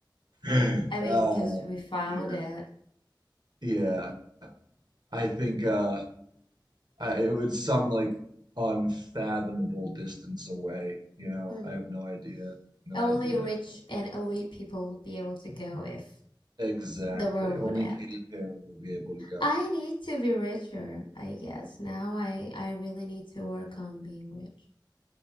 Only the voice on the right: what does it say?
<laughs>
Uh,
yeah,
yeah. I think uh, I, it would some like unfathomable distance away. You know,
I have no idea, no
idea
how far.
Exactly.
Only
Katy Perry will be able to go.